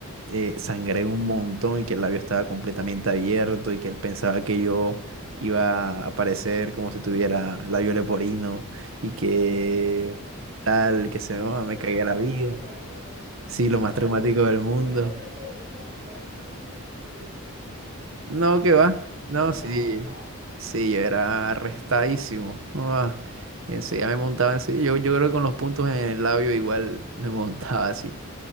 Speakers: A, on the right; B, on the right.
A: eh, sangré un montón y que el labio estaba completamente abierto y que él pensaba que yo iba a aparecer como si tuviera labio leporino y que tal, que se me, me
B: Lo
A: cagué
B: más
A: la
B: traumático
A: vida.
B: del mundo.
A: Sí, lo más
B: Pa'
A: traumático
B: no-
A: del mundo.
B: me imagino que no te volviste a montar un palo nunca más en tu vida.
A: No, que
B: O
A: va.
B: no,
A: No, sí,
B: eras arrestado.
A: sí, yo era arrestadísimo. Ah, eso ya me montaba así. Yo, yo creo que con los puntos en el labio igual me montaba así.